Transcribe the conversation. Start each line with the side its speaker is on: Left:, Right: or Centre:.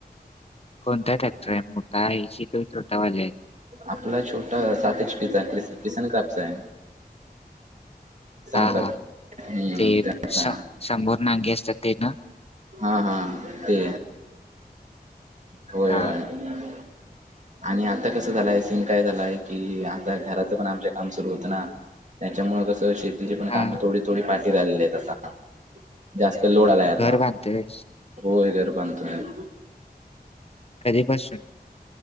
Left: कोणता ट्रॅक्टर आहे मोठा आहे की तो छोटावाला आहे?
Right: आपला छोटा सात इंचपी किस, किसन कापसे हे.
Left: हा
Right: क्राफ्ट
Left: हा
Right: हम्म
Left: ते
Right: त्याचा
Left: समोर नांगे असतात ते ना?
Right: हा, हा ते होय,
Left: हा
Right: होय. आणि आता कसं झालंय? सीन काय झालाय? की आता घराच पण आमच्या काम सुरू होत ना? त्याच्यामुळे कसं? शि - -तिची पण
Left: हा
Right: कामं थोडी थोडी पाठी झालेले आहेत आता. जास्त लोड आलाय आता.
Left: घर बांधतोय
Right: होय. घर बांधतोय. हं.
Left: कधीपासून